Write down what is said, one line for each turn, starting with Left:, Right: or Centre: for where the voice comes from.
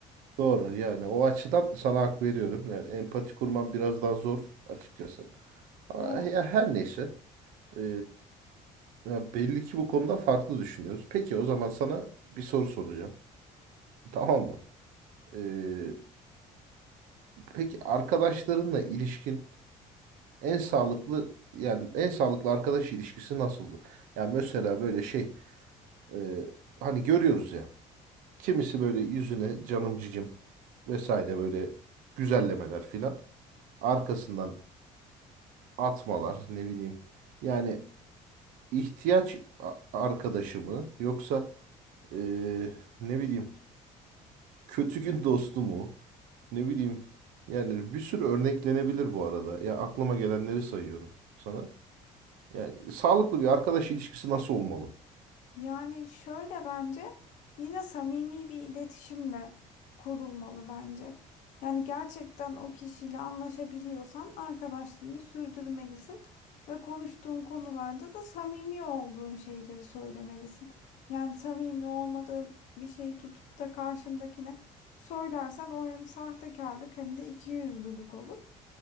Right: Doğru
Left: E,
Right: yani o açıdan sana hak veriyorum. Yani empati kurman biraz daha zor açıkçası. Ama
Left: Evet.
Right: ya her neyse. ee, Ya belli ki bu konuda farklı düşünüyoruz. Peki o zaman sana bir soru soracağım. Tamam mı? Ee, peki arkadaşlarınla ilişkin en sağlıklı yani en sağlıklı arkadaş ilişkisi nasıldı? Yani mesela böyle şey e, hani görüyoruz ya kimisi böyle yüzüne canım cicim vesaire böyle güzellemeler filan arkasından atmalar ne bileyim. Yani ihtiyaç a- arkadaşı mı yoksa e, ne bileyim kötü gün dostu mu? Ne bileyim. Yani bir sürü örneklenebilir bu arada. Ya aklıma gelenleri sayıyorum sana. Yani sağlıklı bir arkadaş ilişkisi nasıl olmalı?
Left: Yani şöyle bence yine samimi bir iletişimle kurulmalı bence. Yani gerçekten o kişiyle anlaşabiliyorsan arkadaşlığını sürdürmelisin ve konuştuğun konularda da samimi olduğun şeyleri söylemelisin. Yani samimi olmadığın bir şeyi tutup da karşındakine söylersen o hem sahtekarlık hem de ikiyüzlülük olur.